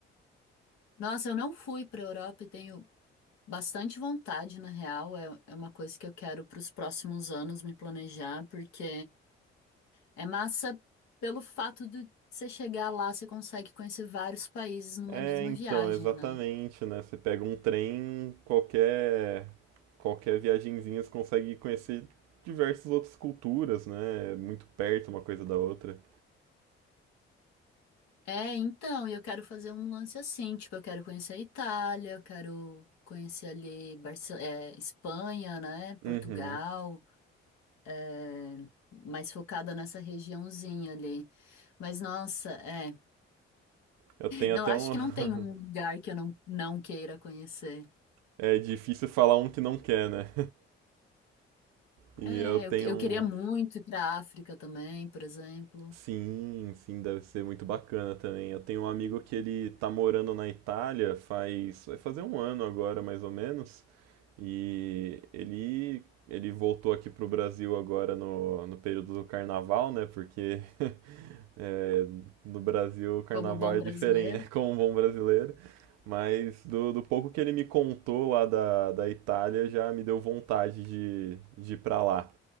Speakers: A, on the left; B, on the right.
A: Nossa, eu não fui para Europa e tenho Bastante vontade, na real, é, é uma coisa que eu quero para os próximos anos me planejar, porque é massa pelo fato de você chegar lá, você consegue conhecer vários países numa
B: É,
A: mesma
B: então,
A: viagem,
B: exatamente,
A: né?
B: né? Você pega um trem, qualquer qualquer viagenzinha você consegue conhecer diversas outras culturas, né? É Muito perto uma coisa da outra.
A: É, então, e eu quero fazer um lance assim, tipo, eu quero conhecer a Itália, eu quero conhecer ali Barce é, Espanha, né? Portugal,
B: Uhum.
A: é, mais focada nessa regiãozinha ali. Mas, nossa, é.
B: Eu tenho
A: Não,
B: até
A: acho
B: um
A: que
B: <laughs>
A: não tem um lugar que eu não, não queira conhecer.
B: É difícil falar um que não quer, né? <laughs> E
A: É,
B: eu tenho
A: eu, que- eu
B: um
A: queria muito ir para a África também, por exemplo,
B: Sim, sim, deve ser muito bacana também. Eu tenho um amigo que ele tá morando na Itália faz, vai fazer um ano agora, mais ou menos, e ele ele voltou aqui pro Brasil agora no, no período do carnaval, né? Porque <laughs> é, no Brasil o carnaval
A: como bom
B: é
A: brasileiro.
B: diferente, <laughs> como um bom brasileiro. Mas do, do pouco que ele me contou lá da, da Itália, já me deu vontade de, de ir pra lá.